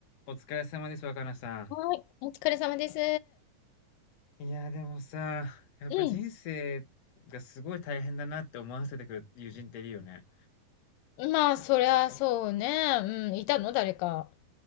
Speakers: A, on the left; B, on the left.
A: お疲れ様です、若菜さ
B: はい、お疲れ様です。
A: ん。いや、でもさ、やっぱ人生がすごい大変だなって思わせてくる友人っているよね。
B: うん。まあ、そりゃそうね。うん、いたの誰か。